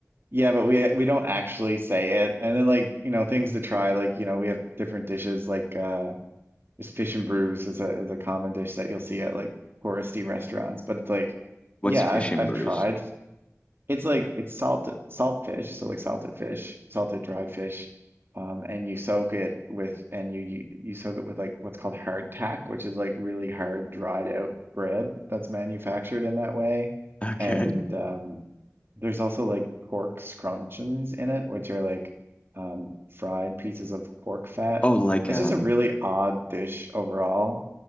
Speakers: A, on the right; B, on the left.
A: Yeah, but we we don't actually say it. And then like, you know, things to try, like, you know, we have different dishes like uh Is fish and brews is a is a common dish that you'll see at like touristy restaurants. But it's like,
B: What's
A: yeah,
B: Fish
A: I've
B: and
A: I've
B: Brews?
A: tried. It's like it's salt salt fish, so like salted fish, salted dried fish, um, and you soak it with and you, you you soak it with like what's called hardtack, which is like really hard dried out bread that's manufactured in that way.
B: Okay.
A: And um, there's also like pork scrunchions in it, which are like um, fried pieces of pork fat.
B: Oh, like
A: It's
B: um.
A: just a really odd dish overall,